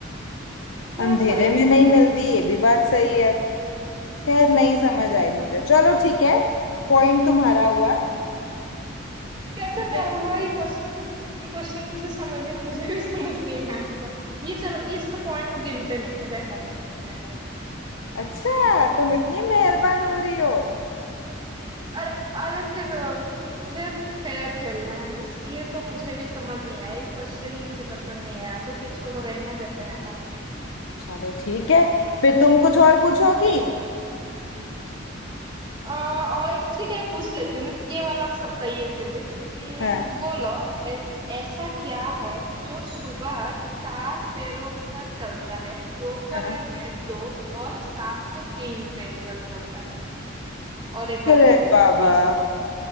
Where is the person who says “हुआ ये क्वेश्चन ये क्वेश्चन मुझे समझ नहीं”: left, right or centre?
Right